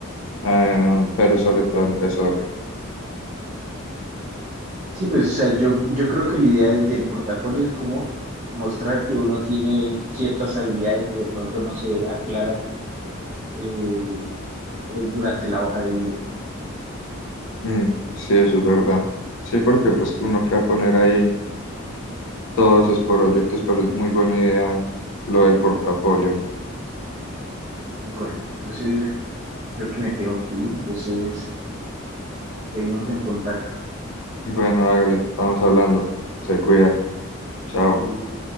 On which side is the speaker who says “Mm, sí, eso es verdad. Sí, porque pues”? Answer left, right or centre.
Left